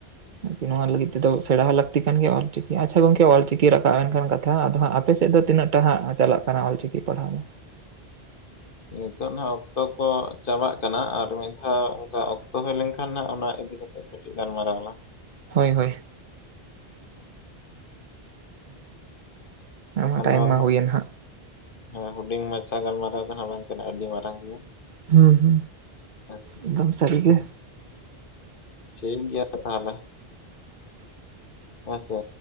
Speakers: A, on the right (about 55°); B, on the left (about 55°).
A: ᱟᱨᱠᱤ ᱱᱚᱣᱟ ᱞᱟᱹᱜᱤᱫ ᱛᱮᱫᱚ ᱥᱮᱲᱟ ᱦᱚᱸ ᱞᱟᱹᱠᱛᱤ ᱠᱟᱱ ᱜᱮᱭᱟ ᱚᱞᱪᱤᱠᱤ ᱟᱪᱪᱷᱟ ᱜᱚᱝᱠ ᱚᱞᱪᱤᱠᱤ ᱨᱟᱠᱟᱵ ᱮᱱᱠᱷᱟᱱ ᱠᱟᱛ ᱛᱷᱟ ᱟᱫᱚ ᱦᱟᱸᱜ ᱟᱯᱮᱥᱮᱜ ᱫᱚ ᱛᱤᱱᱟᱹᱜ ᱴᱟ ᱦᱟᱸᱜ ᱪᱟᱞᱟᱜ ᱠᱟᱱᱟ ᱚᱞ ᱪᱤᱠᱤ ᱯᱟᱲᱦᱟᱣ ᱫᱚ?
B: ᱱᱤᱛᱚᱜ ᱱᱟᱦᱟᱜ ᱚᱠᱛᱚ ᱠᱚ ᱪᱟᱵᱟᱜ ᱠᱟᱱᱟ ᱟᱨ ᱢᱤᱫ ᱫᱷᱟᱣ ᱚᱝᱠᱟ ᱚᱠᱛᱚ ᱦᱩᱭ ᱞᱮᱱᱠᱷᱟᱱ ᱱᱟᱜ ᱚᱱᱟ ᱤᱫᱤ ᱠᱟᱛᱮᱜ ᱠᱟᱴᱤᱡ ᱜᱟᱞᱢᱟᱨᱟᱣ ᱟᱞᱟᱝ
A: ᱦᱳᱭ ᱦᱳᱭ
B: ᱵᱟᱠᱷᱟᱱ
A: ᱟᱢᱟᱜ ᱴᱟᱭᱤᱢ
B: ᱱᱚᱣᱟ ᱢᱟ
A: ᱦᱩᱭᱮᱱ ᱦᱟᱸᱜ
B: ᱦᱮ ᱦᱩᱰᱤᱧ ᱢᱟᱪᱷᱟ ᱜᱟᱞᱢᱟᱨᱟᱣ ᱫᱚ ᱦᱟᱸᱜ ᱵᱟᱝ ᱠᱟᱱᱟ ᱟᱹᱰᱤ ᱢᱟᱨᱟᱝ ᱜᱮᱭᱟ
A: ᱦᱩ ᱦᱩ
B: ᱦᱮᱸ
A: ᱮᱠᱫᱚᱢ ᱥᱟᱹᱨᱤᱜᱮ
B: ᱴᱷᱤᱠ ᱜᱮᱭᱟ ᱛᱟᱦᱞᱮ ᱦᱳᱭ ᱥᱮ